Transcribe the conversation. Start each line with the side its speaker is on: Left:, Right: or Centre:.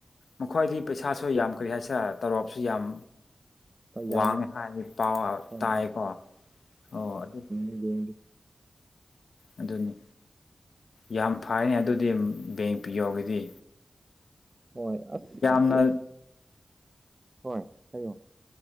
Left: ꯃꯈꯣꯏꯗꯤ ꯄꯩꯁꯥꯁꯨ ꯌꯥꯝ ꯀ꯭ꯔꯤ ꯍꯥꯏꯁꯤꯔ ꯇꯧꯔꯣꯞꯁꯨ ꯌꯥꯝ
Right: ꯍꯣꯏ ꯌꯥꯝꯃꯦ
Left: ꯋꯥꯡꯉꯦ ꯍꯥꯏ ꯄꯥꯎ
Right: ꯍꯣꯏ
Left: ꯇꯥꯏꯀꯣ ꯑꯣ ꯑꯗꯨ
Right: ꯕꯦꯡꯒꯤ
Left: ꯑꯗꯨꯅꯤ ꯌꯥꯝ ꯐꯥꯏꯅꯦ ꯑꯗꯨꯗꯤ ꯕꯦꯡ ꯄꯤ ꯑꯣ ꯒꯤꯗꯤ꯫
Right: ꯍꯣꯏ ꯑꯁ
Left: ꯌꯥꯝꯅ
Right: ꯑꯗꯨ, ꯍꯣꯏ ꯍꯥꯏꯌꯣ꯫